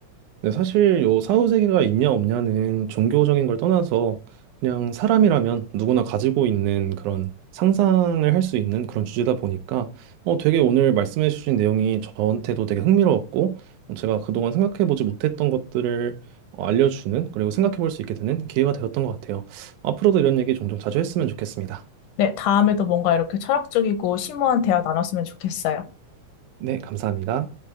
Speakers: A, on the right; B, on the left.
A: 네, 사실 요 사후세계가 있냐 없냐는 종교적인 걸 떠나서 그냥 사람이라면 누구나 가지고 있는 그런 상상을 할 수 있는 그런 주제다 보니까 어, 되게 오늘 말씀해 주신 내용이 저한테도 되게 흥미로웠고 어, 제가 그동안 생각해 보지 못했던 것들을 어, 알려주는 그리고 생각해 볼 수 있게 되는 기회가 되었던 것 같아요. 앞으로도 이런 얘기 종종 자주 했으면 좋겠습니다.
B: 네, 다음에도 뭔가 이렇게 철학적이고 심오한 대화 나눴으면 좋겠어요.
A: 네, 감사합니다.